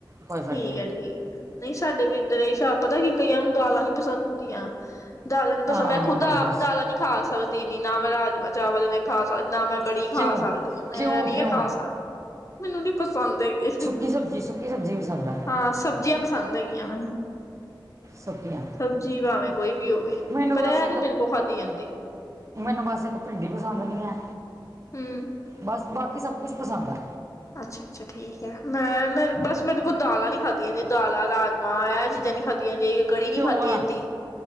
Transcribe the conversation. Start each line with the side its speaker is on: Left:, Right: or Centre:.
Right: ਕੋਈ ਫ਼ਰਕ
Left: ਠੀਕ
Right: ਨਹੀਂ
Left: ਏ ਠੀਕ ਐ। ਨਹੀਂ ਸਾਡੇ ਵੀ ਇੱਧਰ ਇਹ ਸਾਬ ਪਤਾ ਕੀ ਕਈਆਂ ਨੂੰ ਦਾਲਾਂ ਨੀ ਪਸੰਦ ਹੁੰਦੀਆਂ। ਦਾਲਾਂ ਨੀ
Right: ਹਾਂ
Left: ਪਸੰਦ ਮੈਂ ਖੁਦ
Right: ਬਸ
Left: ਆਪ
Right: ਬਸ
Left: ਦਾਲਾਂ ਨੀ ਖਾ ਸਕਦੀ ਇਨੀ ਨਾ ਮੈਂ ਰਾਜ -ਮਾਂਹ ਚਾਵਲ ਖਾ ਸਕਦੀ। ਨਾ ਮੈਂ ਕੜੀ ਖਾ
Right: ਕਿਉਂ
Left: ਸਕਦੀ ਆਂ। ਮੈਂ
Right: ਕਿਉਂ
Left: ਨੀ
Right: ਕਿਉਂ
Left: ਆ ਖਾ ਸਕਦੀ ਮੈਨੂੰ ਨੀ ਪਸੰਦ ਹੈਗੇ।
Right: ਕੀ ਸਬਜੀ- ਸੁਬਜੀ ਕੀ ਸਬਜ਼ੀ ਪਸੰਦ ਆ।
Left: ਆਂ ਸਬਜ਼ੀਆਂ ਪਸੰਦ ਹੈਗੀਆ ਮੈਨੂੰ।
Right: ਸੁੱਕੀਆਂ
Left: ਸਬਜ਼ੀ ਭਾਵੇਂ ਕੋਈ ਵੀ ਹੋਵੇ।
Right: ਮੈਨੂੰ
Left: ਪਰ
Right: ਬਸ
Left: ਐੱ
Right: ਇੱਕ
Left: ਨੀ ਮੇਰੇ ਕੋਲ ਖਾਧੀ ਜਾਂਦੀ।
Right: ਮੈਨੂੰ ਬਸ ਇੱਕ ਭਿੰਡੀ ਪਸੰਦ ਨੀ ਐ।
Left: ਹੂੰ
Right: ਬਸ ਬਾਕੀ ਸਭ ਕੁਛ ਪਸੰਦ ਆਂ।
Left: ਅੱਛਾ - ਅੱਛਾ ਠੀਕ ਐ। ਮੈਂ ਬਸ ਮੇਰੇ ਕੋਲੋ ਦਾਲਾਂ ਨੀ ਖਾਧੀਆ ਜੇ ਦਾਲਾਂ ਰਾਜ - ਮਾਹ ਇਹ ਚੀਜ਼ਾਂ ਨੀ ਖਾਧੀਆਂ। ਯਨੀ ਕੜ੍ਹੀ ਨੀ
Right: ਕਿਉਂ
Left: ਖਾਦੀ
Right: ਵਾਲਾ
Left: ਜਾਂਦੀ,